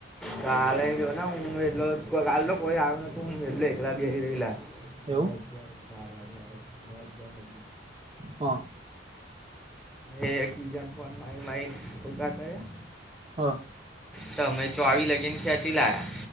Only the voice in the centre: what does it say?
કાલે ને ઊન વલો કા કોઈ આવ ન ઊન વ એકલા બી રલા. અ
અગયાર બાર વાગગાર.
એ એકિજન ફ માઇ માઇ ખુલ્કા કર્યા.
તમે ચોવી લગીન ખેંચી લયા